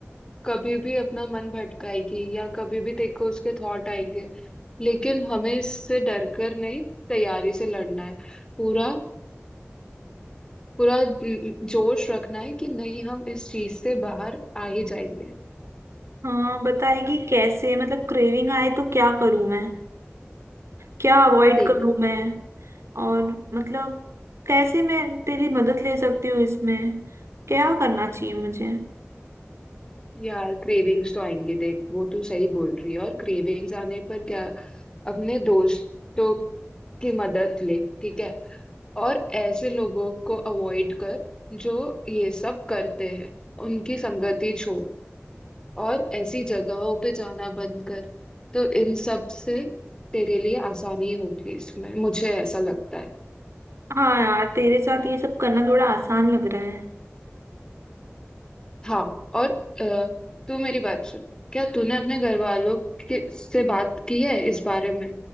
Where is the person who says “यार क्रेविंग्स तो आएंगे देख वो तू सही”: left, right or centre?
Left